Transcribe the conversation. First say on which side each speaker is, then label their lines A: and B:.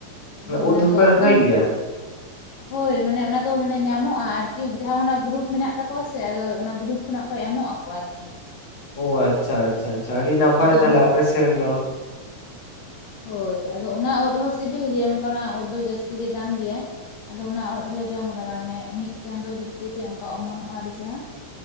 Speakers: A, on the left (about 80°); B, on the left (about 40°).
A: ᱟᱫᱚ ᱚᱱᱟ
B: ᱩᱫ ᱦᱚᱸᱯᱮ
A: ᱫᱚ ᱟᱹᱠᱷᱨᱤᱧ
B: ᱨᱚᱦᱚᱭ ᱜᱮᱭᱟ
A: ᱦᱳᱭ ᱢᱟᱱᱮ ᱚᱱᱟ ᱫᱚ ᱢᱟᱱᱮ ᱧᱟᱢᱚᱜ-ᱟ ᱟᱨᱠᱤ ᱡᱟᱦᱟᱸ ᱚᱱᱟ ᱜᱨᱩᱯ ᱢᱮᱱᱟᱜ ᱛᱟᱠᱚᱣᱟ ᱥᱮ ᱟᱫᱚ ᱚᱱᱟ ᱜᱨᱩᱯ ᱠᱷᱚᱱᱟᱜ ᱠᱚ ᱮᱢᱚᱜ-ᱟ᱾ ᱠᱚ ᱟᱨᱠᱤ᱾
B: ᱚ ᱟᱪᱪᱷᱟ ᱟᱪᱪᱷᱟ ᱟᱪᱪᱷᱟ ᱟᱹᱰᱤ ᱱᱟᱯᱟᱭ
A: ᱟᱫᱚ
B: ᱛᱟᱦᱚᱞᱮ ᱟᱯᱮ ᱥᱮᱱ ᱫᱚ᱾
A: ᱦᱳᱭ ᱟᱫᱚ ᱚᱱᱟ ᱩᱫ ᱦᱚᱸ ᱥᱤᱵᱤᱞ ᱜᱮᱭᱟ ᱢᱮᱱᱠᱷᱟᱱ ᱚᱱᱟ ᱩᱫ ᱫᱚ ᱡᱟᱹᱥᱛᱤ ᱜᱮ ᱫᱟᱢ ᱜᱮᱭᱟ᱾ ᱟᱫᱚ ᱚᱱᱟᱲᱟᱜ ᱦᱚᱞᱮ ᱡᱚᱢ ᱠᱟᱫᱟ ᱢᱟᱱᱮ ᱢᱤᱜ ᱪᱟᱸᱫᱳ ᱵᱷᱤᱛᱨᱤ ᱛᱮ ᱚᱱᱠᱟ ᱚᱢᱚᱱᱚᱜ-ᱟ ᱟᱹᱰᱤ ᱪᱮᱨᱦᱟ᱾